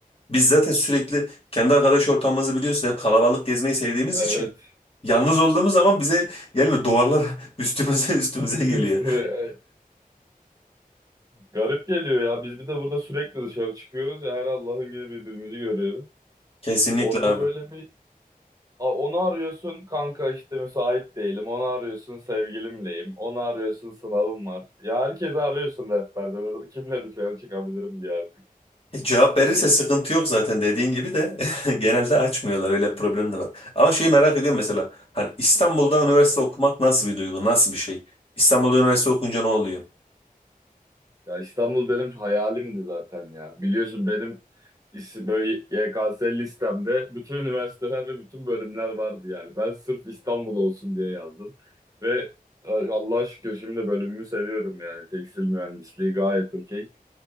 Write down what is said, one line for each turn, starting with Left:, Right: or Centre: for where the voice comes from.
Left: Biz zaten sürekli kendi arkadaş ortamımızı biliyorsun hep kalabalık gezmeyi sevdiğimiz
Right: Evet.
Left: için. Yalnız olduğumuz zaman bize gelmiyor. Duvarlar <laughs> üstümüze üstümüze geliyor.
Right: İşte böyle, e, garip geliyor ya. Biz bir de burada sürekli dışarı çıkıyoruz ya her Allah'ın günü birbirimizi görüyoruz.
Left: <laughs> Kesinlikle
Right: Orada
Left: abi.
Right: böyle bir a- onu arıyorsun kanka işte müsait değilim. Onu arıyorsun sevgilimleyim. Onu arıyorsun sınavım var. Ya herkesi arıyorsun rehberde. Kimle dışarı çıkabilirim diye.
Left: E, cevap verirse sıkıntı yok zaten dediğin gibi de <laughs> genelde açmıyorlar öyle bir problem de var. Ama şeyi merak ediyorum mesela hani İstanbul'da üniversite okumak nasıl bir duygu nasıl bir şey? İstanbul'da üniversite okunca ne oluyor?
Right: Ya İstanbul benim hayalimdi zaten ya. Biliyorsun benim is- böyle YKS listemde bütün üniversiteler ve bütün bölümler vardı yani. Ben sırf İstanbul olsun diye yazdım. Ve e, Allah'a şükür şimdi bölümümü seviyorum yani. Tekstil mühendisliği gayet okey.